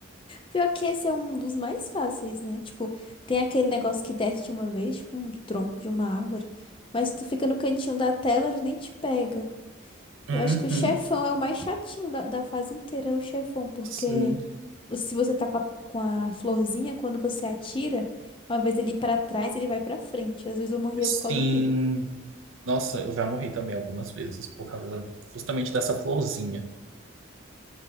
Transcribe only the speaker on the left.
Pior que esse é um dos mais fáceis, né? Tipo, tem aquele negócio que desce de uma vez, tipo um tronco de uma árvore. Mas tu fica no cantinho da tela, ele nem te pega.
Eu acho que o chefão é o mais chatinho da, da fase inteira, é o chefão, porque
se você tá com a, com a florzinha, quando você atira, uma vez ele ir pra trás, ele vai pra frente. Às vezes eu morria
por causa disso.